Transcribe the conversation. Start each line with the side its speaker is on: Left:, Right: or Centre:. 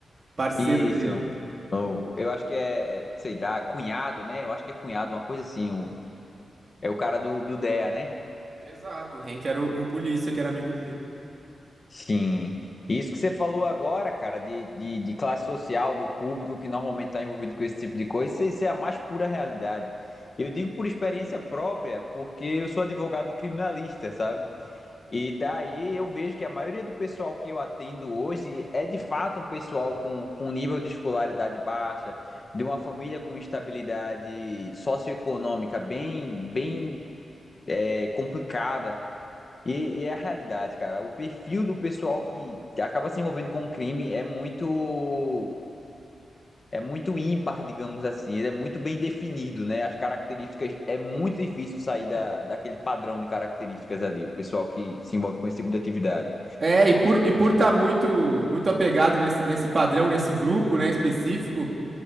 Right: parceiro
Left: Isso.
Right: dele.
Left: ou eu acho que é, é, sei lá, cunhado, né? Eu acho que é cunhado, uma coisa assim. O, é o cara do, do DEA, né?
Right: Exato, o Hank era o, o polícia, que era amigo dele.
Left: Sim. Isso que você falou agora, cara, de, de, de classe social, do público que normalmente está envolvido com esse tipo de coisa, isso, isso é a mais pura realidade. Eu digo por experiência própria, porque eu sou advogado criminalista, sabe? E daí eu vejo que a maioria do pessoal que eu atendo hoje é de fato um pessoal com, com nível de escolaridade baixa, de uma família com estabilidade socioeconômica bem, bem é, complicada. E, e é a realidade, cara. O perfil do pessoal que acaba se envolvendo com o crime é muito é muito ímpar, digamos assim. Ele é muito bem definido, né? As características é muito difícil sair da, daquele padrão de características ali. O pessoal que se envolve com esse tipo de atividade.
Right: É, e por, e por tá muito, muito apegado nesse, nesse padrão, nesse grupo, né, específico,